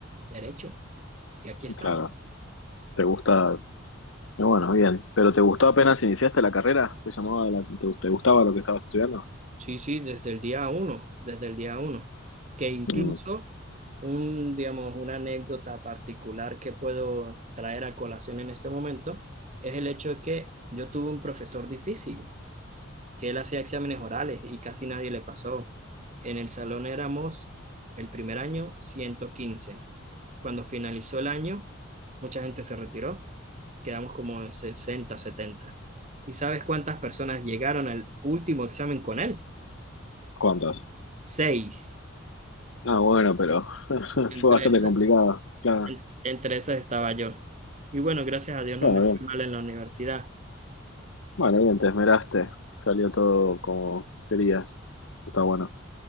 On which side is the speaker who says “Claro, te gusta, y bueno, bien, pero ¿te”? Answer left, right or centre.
Left